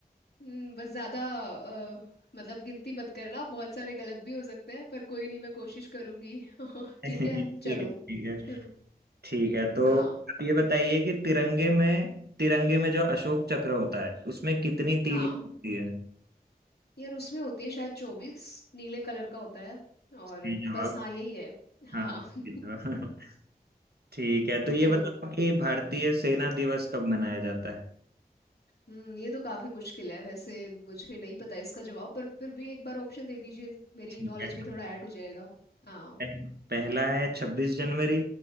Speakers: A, on the left (about 85°); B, on the right (about 75°).
A: हम्म, बस ज्यादा अ, मतलब गिनती मत करना बहुत सारे गलत भी हो सकते हैं पर कोई नहीं मैं कोशिश करूंगी <laughs>
B: <laughs>
A: ठीक है चलो
B: ठीक है ठीक है
A: शुरू
B: ठीक है तो
A: हाँ
B: आप ये बताइए कि तिरंगे में तिरंगे में जो अशोक चक्र होता है उसमें कितनी तीली
A: हाँ
B: होती है
A: यार उसमें होती है शायद चौबीस नीले कलर का होता है और
B: सही जवाब
A: बस हाँ यही है
B: हाँ
A: हाँ
B: सही
A: <laughs>
B: जवाब। <laughs> ठीक है तो ये
A: तो
B: बताओ कि भारतीय सेना दिवस कब मनाया जाता है
A: हम्म ये तो काफी मुश्किल है वैसे मुझे नहीं पता इसका जवाब पर फिर भी एक बार ऑप्शन दे दीजिए मेरी
B: ठीक
A: नॉलेज
B: है
A: में थोड़ा ऐड हो जाएगा हाँ
B: पह- पहला है छब्बीस जनवरी